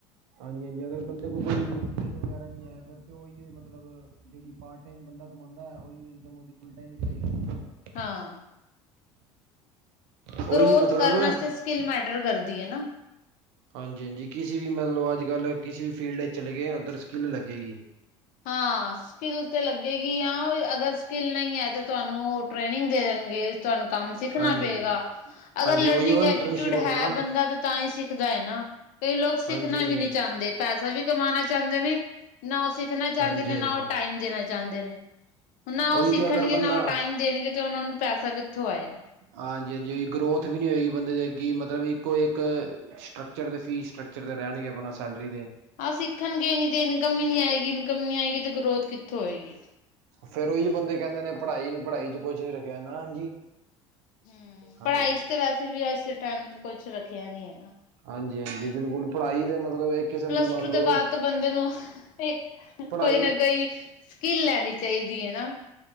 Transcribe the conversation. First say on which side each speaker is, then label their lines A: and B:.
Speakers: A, on the right; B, on the left.
A: ਹਾਂਜੀ-ਹਾਂਜੀ ਅਗਰ ਬੰਦੇ ਕੋਲ ਕੋਈ ਸਕਿੱਲ ਵਗੈਰਾ ਨੀ ਐ ਫਿਰ ਤੇ ਉਈ ਏ ਮਤਲਬ ਜਿਹੜੀ ਪਾਰਟ ਟਾਈਮ ਬੰਦਾ ਕਮਾਂਦਾ ਉਈਓ ਇਨਕਮ ਉਦੀ ਫੂਲ ਟੈਮ ਦੀ ਹੋਏਗੀ।
B: ਹਾਂ।
A: ਉਹੀ
B: ਗਰੋਥ
A: ਮਤਲਬ
B: ਕਰਨ
A: ਹਾਂਜੀ,
B: ਆਸਤੇ ਸਕਿੱਲ ਮੈਟਰ ਕਰਦੀ ਏ ਨਾ।
A: ਹਾਂਜੀ-ਹਾਂਜੀ ਕਿਸੀ ਵੀ ਮਤਲਬ ਅੱਜ-ਕੱਲ੍ਹ ਕਿਸੀ ਵੀ ਫੀਲਡ ਚਲੇ ਗਏ ਉੱਧਰ ਸਕਿੱਲ ਲੱਗੇਗੀ।
B: ਹਾਂ ਸਕਿੱਲ ਤੇ ਲੱਗੇਗੀ ਆ, ਅਗਰ ਸਕਿੱਲ ਨਹੀਂ ਹੈ ਤੇ ਤੁਹਾਨੂੰ ਉਹ ਟ੍ਰੇਨਿੰਗ ਦੇ ਦੇਣਗੇ। ਤੁਹਾਨੂੰ ਕੰਮ ਸਿੱਖਣਾ
A: ਹਾਂਜੀ,
B: ਪਏਗਾ।
A: ਹਾਂਜੀ।
B: ਅਗਰ
A: ਹਾਂਜੀ
B: ਲਰਨਿੰਗ
A: ਉਹੀ ਉਹ ਇੰਟਰਨਸ਼ਿਪ
B: ਐਟੀਟਿਊਡ
A: ਆਪਣਾ
B: ਹੈ ਬੰਦਾ ਤਾਂ ਹੀ ਸਿੱਖਦਾ ਹੈ ਨਾ, ਕਈ ਲੋਕ ਸਿੱਖਣਾ
A: ਹਾਂਜੀ ਹਾਂਜੀ
B: ਵੀ ਨੀ ਚਾਹੰਦੇ। ਪੈਸਾ ਵੀ ਕਮਾਣਾ ਚਾਹੰਦੇ ਨੇ, ਨਾ ਉਹ ਸਿੱਖਣਾ ਚਾਹੰਦੇ
A: ਹਾਂਜੀ
B: ਨੇ,
A: ਹਾਂਜੀ
B: ਨਾ ਉਹ ਟਾਈਮ ਦੇਣਾ ਚਾਹੁੰਦੇ ਨੇ। ਨਾ
A: ਉਹੀ
B: ਉਹ ਸਿੱਖਣਗੇ
A: ਤੇ ਅਗਰ ਬੰਦਾ
B: ਨਾ, ਉਹ ਟਾਈਮ ਦੇਣਗੇ ਤੇ ਉਹਨਾਂ ਨੂੰ ਪੈਸਾ ਕਿੱਥੋਂ ਆਏਗਾ।
A: ਹਾਂਜੀ-ਹਾਂਜੀ ਗਰੋਥ ਵੀ ਨੀ ਹੋਏਗੀ ਬੰਦੇ ਦੇ ਅਗੀ ਮਤਲਬ ਇੱਕੋ-ਇੱਕ ਸਟਕਚੱਰ ਅਤੇ ਫੀਸ ਸਟਕਚੱਰ ਤੇ ਰਹਿਣਗੇ। ਆਪਣਾ ਸੈਲਰੀ ਦੇ
B: ਆਹ ਸਿੱਖਣਗੇ ਨਹੀਂ ਤੇ ਇਨਕਮ ਹੀ ਨੀ ਆਏਗੀ, ਇਨਕਮ ਨੀ ਆਏਗੀ ਤੇ ਗਰੋਥ ਕਿੱਥੋਂ ਹੋਏਗੀ।
A: ਫੇਰ, ਉਹੀ ਬੰਦੇ ਕਹਿੰਦੇ ਨੇ ਪੜ੍ਹਾਈ ਨੂੰ ਪੜ੍ਹਾਈ ਚ ਕੁੱਛ ਨੀ ਰਖਿਆ ਨਾ -ਹਾਂਜੀ।
B: ਹੂੰ,
A: ਹਾਂਜੀ
B: ਪੜ੍ਹਾਈ ਚ ਵੈਸੇ ਵੀ ਅੱਜ ਟਾਈਮ ਕੁੱਛ ਰੱਖਿਆ ਨੀ ਹੈਗਾ।
A: ਹਾਂਜੀ-ਹਾਂਜੀ। ਬਿਲਕੁੱਲ ਪੜ੍ਹਾਈ ਦੇ ਮਤਲਬ ਇੱਕ ਕਿਸਮ
B: ਪਲੱਸ
A: ਦੀ ਮੰਨ
B: ਟੂ
A: ਲਓ
B: ਤੋਂ ਬਾਅਦ ਤੋਂ ਬੰਦੇ ਨੂੰ ਇੱਕ
A: ਪੜ੍ਹਾਈ
B: ਕੋਈ ਨਾ ਕੋਈ ਸਕਿੱਲ ਲੈਣੀ ਚਾਹੀਦੀ ਏ ਨਾ।